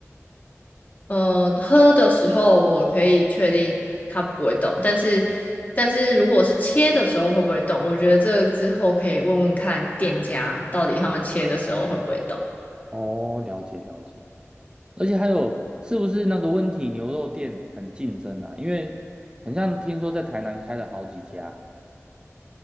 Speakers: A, on the left; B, on the right.
A: 呃，喝的时候我可以确定它不会动，但是但是如果是切的时候会不会动，我觉得这个之后可以问问看店家到底他们切的时候会不会动。
B: 哦，了解了解，而且还有是不是那个温体牛肉店很竞争啊？因为很像听说在台南开了好几家。